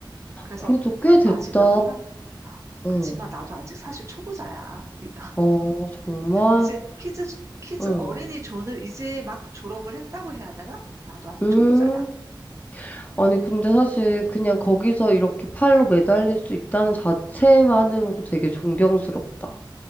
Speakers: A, on the right; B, on the left.
A: 그래서
B: 그래도 꽤 됐다.
A: 아직 나도 사,
B: 응,
A: 그치만 나도 아직 사실 초보자야. 이-
B: 어, 정말?
A: 이제 키즈, 키즈
B: 응.
A: 어린이 존을 이제 막 졸업을 했다고 해야 되나? 나도 아직
B: 음.
A: 초보자야. 음.
B: 아니, 근데 사실 그냥 거기서 이렇게 팔로 매달릴 수 있다는 자체만으로도 되게 존경스럽다.